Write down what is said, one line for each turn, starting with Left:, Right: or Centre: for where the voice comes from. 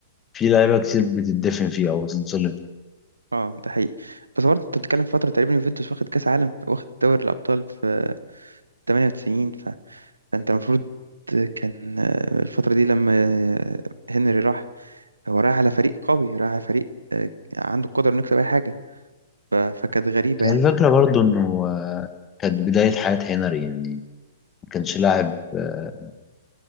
Left: في لعيبه كتير بتدفن فيه او بتتظلم فيه.
Right: اه ده حقيقي بس برضه انت بتتكلم في فتره تقريبا يوفنتوس واخد كاس عالم واخد دوري الابطال في 98 ف... فانت المفروض كان آه، الفتره دي لما آه، هنري راح هو رايح على فريق قوي رايح على فريق آه، عنده القدره انه يكسب اي حاجه ف... فكانت غريبه
Left: هي
Right: يعني
Left: الفكره برضو انه آه، كانت بدايه حياه هنري يعني ما كانش لاعب آه،